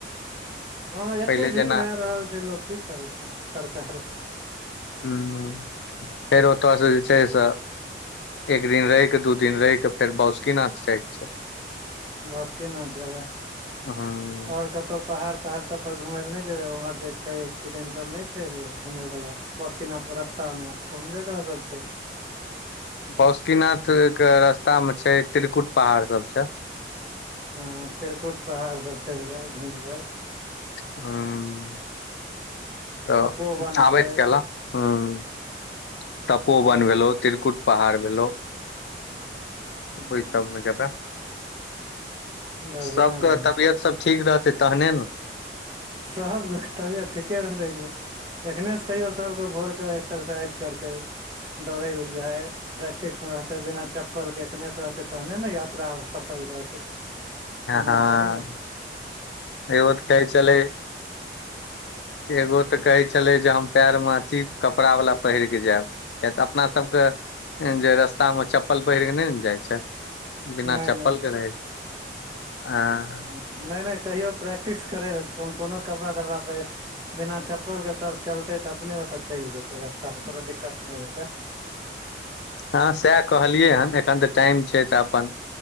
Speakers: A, on the right; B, on the left.
A: हँ एते
B: पहिले
A: भीड़
B: जेना
A: भए रहल छै लोक की करतैय सरकार।
B: हूँ फेर ओत स जे छैय से एक दिन रहि क दू दिन रहिक फेर बौसुकीनाथ साइड छैय।
A: बासुकीनाथ जेबै
B: ह
A: आओर कत कतहु पहाड़ तहाड़ सब पर घूमय लए नै जेबै उम्हर जे छै किदन सब नै छै यौ घूमय वाला। बौसकीनाथ के रस्ता मे कोन जगह सब छैय।
B: बौसकिनाथ के रस्ता मे छैय त्रिकुट पहाड़ सब छैय।
A: हाॅं त्रिकुट पहाड़ सब चलि जाएब घुमि लेब।
B: हूँ त
A: तपोवन
B: ताबैत
A: छै
B: केला हूँ तपोवन
A: तपो
B: भेलौ त्रिकुट पहाड़ भेलौव।
A: हूँ
B: त ओई सबमे जेबा।
A: बढ़िया
B: सबके
A: रह
B: तबियत सब ठीक रहतै तहने न
A: सब तबियत ठीके रहतै गे एखने स कहियौ सबके भोरक। एक्सरसाइज करतै दौड़ैयल जाय प्रैक्टिस मे रहतैय बिना चप। सफल के एखने स रहतै तहने न यात्रा सफल रहतैं। ओना
B: हँ
A: थोड़े रह।
B: एगो तऽ कहैय छलै एगो। तऽ कहै छलै जे हम पार मे अथी कपड़ा वाला पहिरके जायब किया तऽ अपना सबके‌। जे रस्तामे चप्पल पहिर कऽ नै ने जाइ छै बिना
A: नै
B: चप्पलके
A: नै
B: रहैय छै हँ
A: नैय नैय कहियो प्रैक्टिस करै ला कोनो कपड़ा तपड़ाप पहिर बिना चप्पल के सब चलतै तऽ अपने ओतऽ चलि जेतै रस्ता कोनो दिक्कत नै हेतै।
B: हाॅं साएह कहलियै हन एखन तऽ टाइम छै तऽ अपन।